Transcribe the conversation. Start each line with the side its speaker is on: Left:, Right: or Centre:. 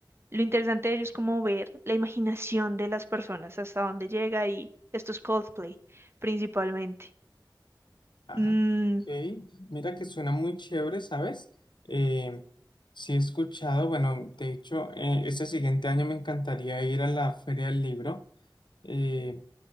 Right: lo interesante de ellos es como ver la imaginación de las personas hasta dónde llega y esto es Coldplay principalmente.
Left: Ah,
Right: Mm,
Left: ok. Mira que suena muy chévere, ¿sabes? Eh, sí he escuchado, bueno, de hecho, eh, este siguiente año me encantaría ir a la Feria del Libro. Eh,